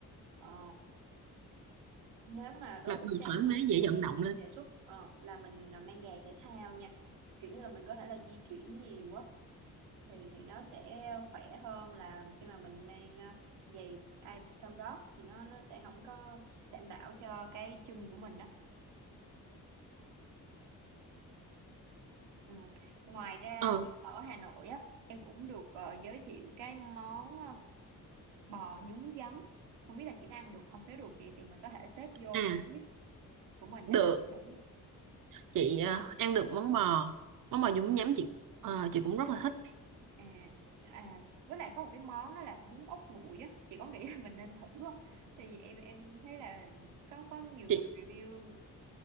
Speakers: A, on the right; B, on the right.
A: Ờ, nếu mà đối
B: mặt
A: với
B: mình
A: trang
B: thoải
A: phục
B: mái dễ
A: thì em
B: vận động
A: em
B: lên
A: đề xuất ờ, là mình à, mang giày thể thao nha kiểu như là mình có thể là di chuyển nhiều á thì thì nó sẽ khỏe hơn là khi mà mình mang à, giày ai cao gót thì nó nó sẽ không có đảm bảo cho cái chân của mình đó. ừ. Ngoài ra
B: ờ
A: thì ở Hà Nội á em cũng được ờ, giới thiệu cái món ờ, bò nhúng giấm không biết là chị đã ăn được không nếu được thì thì mình có thể xếp vô
B: à
A: trong list của mình để
B: được
A: mà mình thử
B: chị ờ, ăn được món bò món bò nhúng nhắm chị ờ, chị cũng rất là thích
A: À, à với lại có một cái món đó là bún ốc nguội á chị có nghĩ là mình nên thử không tại vì em em thấy là có có nhiều
B: chị
A: người review